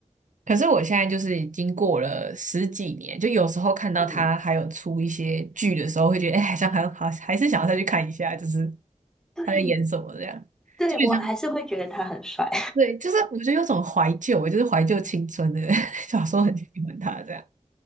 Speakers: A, on the right (about 80°); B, in the centre.
A: 可是我现在就是已经过了十几年，就有时候看到他还有出一些剧的时候，
B: 嗯，
A: 会觉得哎，好像还好，还是想要再去看一下，就是
B: 对，
A: 他在演什么这样，
B: 对我还是会觉得他很帅。
A: 就有像对，就是我觉得有种怀旧，就是怀旧青春的，<laughs> 小时候很喜欢他这样。